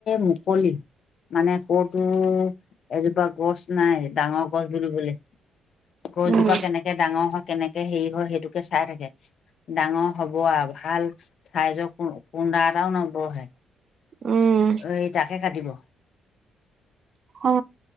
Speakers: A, on the left (about 60°); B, on the right (about 50°).
A: মুকলি মানে ক'তো এজোপা গছ নাই ডাঙৰ গছ বুলিবলে গছজোপা
B: উম।
A: কেনেকে ডাঙৰ হয় কেনেকে হেৰি হয় সেইটোকে চাই থাকে ডাঙৰ হব আউ ভাল চাইজ কুডা এটাও নবহে
B: উম
A: এই তাকে কাটিব
B: অ